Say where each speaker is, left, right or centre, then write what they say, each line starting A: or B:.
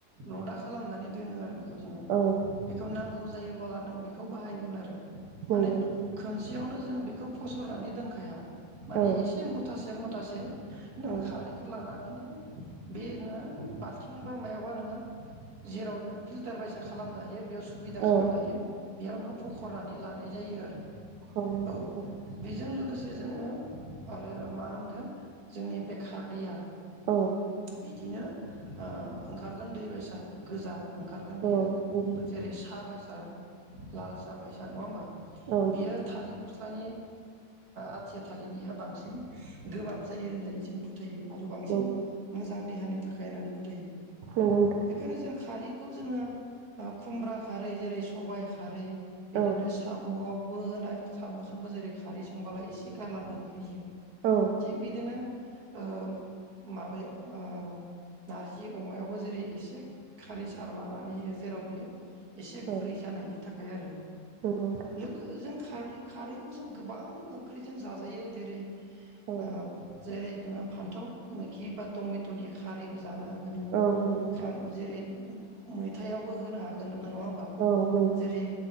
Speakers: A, on the right; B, on the right.
A: लदा खालामनानै दोनो आरो <unintelligible> जों
B: औ
A: बेखौ नांगौ जायो बोला नों बेखौ बाहायगोन आरो
B: नंगौ
A: माने
B: नोंथां
A: खोनसेयावनो जों बेखौ फसरनानै दोनखाया माने
B: औ
A: एसे मुथासे मु ठासे नों
B: औ
A: खारैखौ लानानै - <unintelligible> बेनो बा थिंबो मायावबा नोङो जेराव नोङो फिल्टार बायसा खालामनो हायो बेयाव सुबिदा
B: औ
A: खालामनो हायो। बेयाव नों फखरनानै लानाय जायो आरो।
B: नंगौ
A: औ
B: नोंथां
A: बेजों लोगोसे जोङो आरो मा होनगोन जोंनि बेखार दैया
B: औ
A: बिदिनो ओ ओंखारगोन दै बायसा गोजा ओंखारगोन बियो
B: औ नंगौ
A: जेरै सा बायसा लाल साह बायसा नङा होमबा?
B: औ
A: बियो थालिर फस्लानि आथिया थालिरनिया बांसिन गोबाब जायो होननानै जों फोथायो आरो बांसिन
B: नंगौ नोंथां औ नंगौ
A: मोजां देहानि थाखाय खायनानै फोथायो।
B: नंगौ नोंथां
A: बेखायनो जों खारै बेखौ जोङो ओ खुमब्रा खारै जेरै सबाइ खारै बिदिनो
B: औ
A: साम'आव बो होनाय साम'जोंबो जेरै खारै संबोला एसे गारलानानै होयो
B: औ
A: थिग बिदिनो ओ माबाया ओ नारजि अमायावबो जेरै एसे खारै सारानानै होयो जेराव बियो एसे गुरै
B: औ
A: जानायनि थाखाय आरो
B: नंगौ नोंथां
A: लोगोजों खारै खारैखौ जों गोबां ओंख्रिजों जाजायो जेरै
B: औ
A: ओ जेरै जोंहा फान्थाव मोखि बा टमेट'नि खारैबो जानो
B: औ नंगौ नोंथां
A: खां जेरै मैथायावबो होनो हागोन नों आ नङा होमबा
B: औ नंगौ
A: जेरै